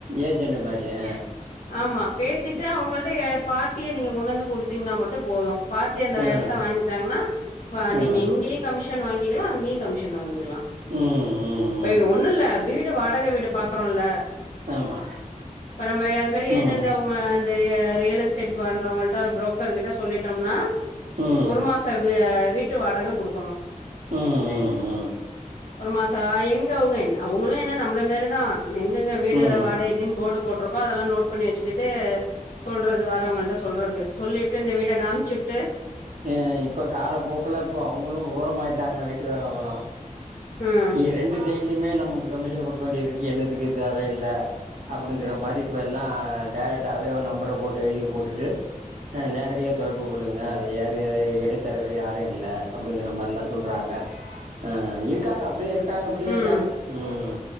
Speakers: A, on the right; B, on the left.
A: ஏஜென்ட்டு மாரியா
B: ஆமா பேசிட்டு அவுங்கள்ட்ட ஏ பார்ட்டிய நீங்க கொண்டு வந்து குடுத்தீங்ன்னா மட்டு போது பார்ட்டி அந்த
A: ஆ
B: எடத்த வாங்கிட்டாங்கன்னா ப
A: ஆ
B: நீங்க இங்கயு கமிஷன் வாங்கிக்கலா அங்கேயு கமிஷன் வாங்கிக்கலா
A: ம் ம்
B: இப்ப
A: ம்
B: இது ஒண்ணு இல்ல வீடு வாடக வீடு பாக்குறோல்ல
A: ஆமா
B: இப்ப நம்ம அது மாரி ஏஜென்ட்டு
A: ம்
B: அவுங்க அந்த யா ரியல் எஸ்ட் எஸ்டேட் பண்றவுங்கள்ட புரோக்கர் கிட்ட சொல்லிட்டம்னா
A: ம்
B: ஒரு மாசோ ஹ வியா வீட்டு வாடக குடுக்கணு
A: ம் ம் ம்
B: ஒரு மாசோ எங்க அவுங்க என் அவுங்களு என்ன நம்மள மேரிதா எங்கெங்க வீடு
A: ம் ம்
B: வாடகைக் டு போட்ருக்கோ அதல்லா நோட் பண்ணி வச்சுக்கிட்டு சொல்றது வரவங்கள்ட சொ சொல்றது சொல்லி விட்டு இந்த வீட்ட காம்ச்சு விட்டு
A: எ இப்ப காலப்போக்குல இப்ப அவுங்களு ஓரமாயிட்டாங்க வீட்டு வேறவுங்களு
B: ம்
A: எ ரெண்டு சைட்லயுமே நமக்கு கமிஷன் குடுக்க வேண்டியதுக்கு என்னதுக்கு தேவயில்ல அப்புடிங்கிற மாரி இப்ப எல்லா டேரக்ட்டாவே ஒரு நம்பர போட்டு எழுதி போட்டுட்டு அ நேரடியா தொடர்பு கொள்ளுங்க ஏற ஏற இடைத்தரகர் யாரு இல்ல அப்புடிங்கிற மார்லா சொல்றாங்க அ அ இருக்காங்க அப்புடியு இருக்காங்க இப்புடியு இருக்காங்க
B: ம்
A: ம்